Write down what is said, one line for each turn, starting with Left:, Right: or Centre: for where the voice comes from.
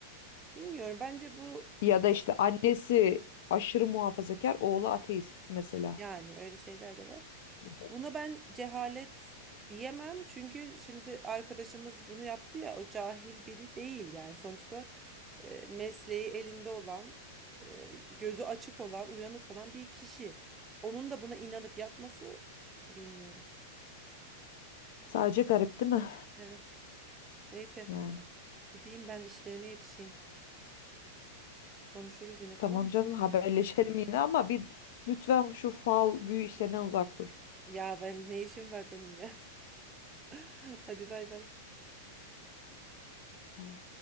Right: Bilmiyorum bence bu
Left: Ya da işte annesi aşırı muhafazakar, oğlu ateist mesela
Right: yani öyle şeyler de var.
Left: gibi.
Right: Buna ben cehalet diyemem çünkü şimdi arkadaşımız bunu yaptı ya o cahil biri değil yani sonuçta e, mesleği elinde olan, e, gözü açık olan, uyanık olan bir kişi. Onun da buna inanıp yapması bilmiyorum.
Left: Sadece garip değil mi?
Right: Evet. Neyse
Left: Yani.
Right: gideyim ben işlerime yetişeyim. Konuşuruz yine tamam
Left: Tamam
Right: mı?
Left: canım haberleşelim yine ama bir lütfen şu fal büyü işlerinden uzak dur.
Right: Ya ben ne işim var benim ya. <laughs> Hadi bay bay.
Left: Ay.